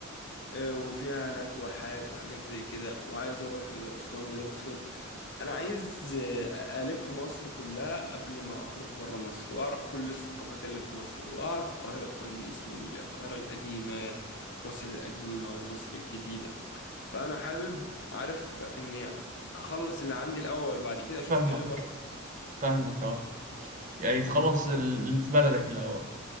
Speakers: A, on the left (about 60°); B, on the right (about 40°).
A: آه، وفيها هناك واحات وحاجات زي كده وعايز اروح اسوان والاقصر انا عايز آه، الف مصر كلها قبل ما اخرج بره مصر واعرف كل الثقافات اللي في مصر واعرف القاهرة كويس والقاهرة القديمة مصر القديمة ومصر الجديدة فانا حابب عارف اني اخلص اللي عندي الاول بعد كده اشوف
B: فاهمك
A: ايه اللي بره
B: فاهمك اه يعني تخلص
A: دي دي
B: ال- اللي في بلدك الاول